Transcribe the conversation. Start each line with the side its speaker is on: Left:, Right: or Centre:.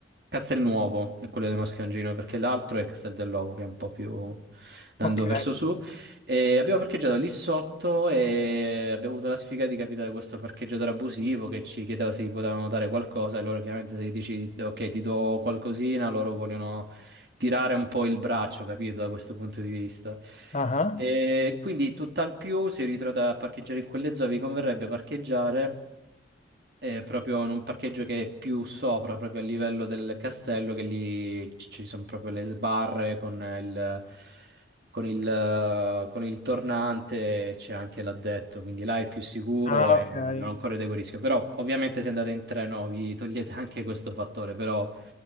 Right: Castelnuovo è quello del maschio angioino, perché l'altro è Castel dell'Ovo, che è un po' più andando
Left: ok.
Right: verso su. E abbiamo parcheggiato lì sotto e abbiamo avuto la sfiga di capitare questo parcheggiatore abusivo che ci chiedeva se gli potevano dare qualcosa e loro chiaramente se gli dici ok ti do qualcosina, loro vogliono tirare un po' il braccio, capito, da questo punto di vista.
Left: Ah, ah,
Right: E quindi tutt'al più si ritrova a parcheggiare in quelle zone, vi converrebbe parcheggiare eh, proprio in un parcheggio che è più sopra, proprio a livello del castello, che lì ci ci sono proprio le sbarre con il, con il, eh, con il tornante, c'è anche l'addetto, quindi là è più sicuro
Left: Ah,
Right: e non
Left: ok.
Right: correte quel rischio. Però ovviamente se andate in treno vi togliete anche questo fattore, però